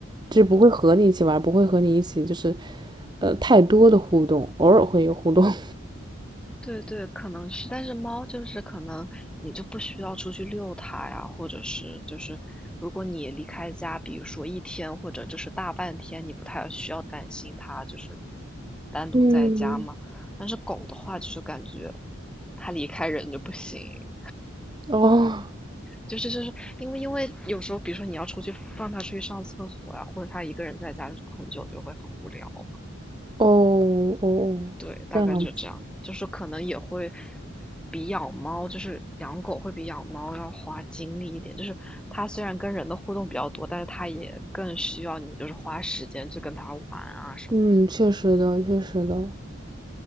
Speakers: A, on the right; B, in the centre.
A: 就是不会和你一起玩儿不会和你一起就是，呃，太多的互动，偶尔会有互动。<laughs>
B: 对对，可能是，但是猫就是可能你就不需要出去遛它呀，或者是就是如果你离开家，比如说一天或者就是大半天，你不太需要担心它就是单独在家嘛。
A: 嗯，
B: 但是狗的话，就是感觉它离开人就不行。
A: 哦
B: 就是就是因为因为有时候，比如说你要出去放它出去上厕所呀，或者它一个人在家很久就会很无聊嘛。
A: 哦哦，
B: 对，大概就这样，
A: 这样子，
B: 就是可能也会比养猫，就是养狗会比养猫要花精力一点。就是它虽然跟人的互动比较多，但是它也更需要你就是花时间去跟它玩啊什么的。
A: 嗯，确实的，确实的。